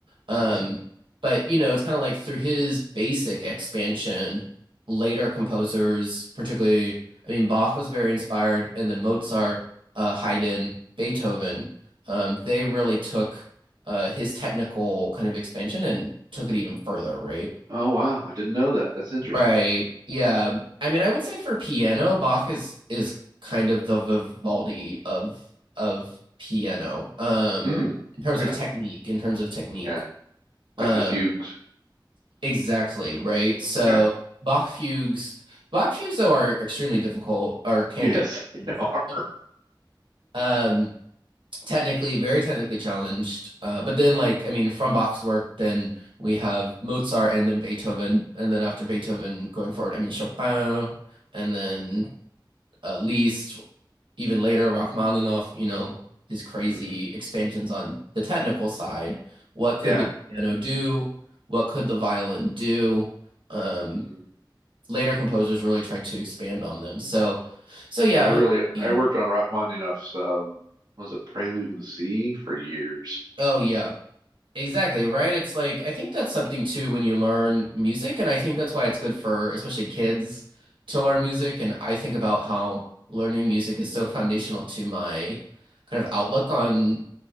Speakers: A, on the right; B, on the right.
A: Um,
B: hmm
A: but you know, it's kind of like through his basic expansion, later composers, particularly, I mean, Bach was very inspired, and then Mozart, uh, Haydn, Beethoven, um, they really took uh, his technical kind of expansion and took it even further, right?
B: Oh wow, I didn't know that. That's interesting.
A: Right. Yeah. I mean, I would say for piano, Bach is is kind of the Vivaldi of of piano. Um,
B: Mm.
A: in terms
B: Yeah,
A: of technique, in terms of technique.
B: yeah. Like
A: Um,
B: the fugues.
A: exactly, right? So
B: Okay.
A: Bach fugues, Bach fugues though are extremely difficult or can
B: Yes,
A: be
B: <laughs>
A: difficult.
B: they are.
A: Um, technically, very technically challenged. Uh, but then like, I mean, from Bach's work, then we have Mozart and then Beethoven, and then after Beethoven going forward, I mean Chopin and then at least even later Rachmaninoff, you know, his crazy
B: hmm
A: expansions on the technical side. What could
B: Yeah.
A: the piano do? What could the violin do? Um,
B: Mhm.
A: later composers really tried to expand on them. So, so yeah.
B: Yeah, I really
A: Vivaldi-
B: I worked on Rachmaninoff's um was it Prelude in the Sea for years.
A: Oh yeah, exactly, right? It's like I think that's something too when you learn music, and I think that's why it's good for especially kids to learn music. And I think about how learning music is so foundational to my kind of outlook on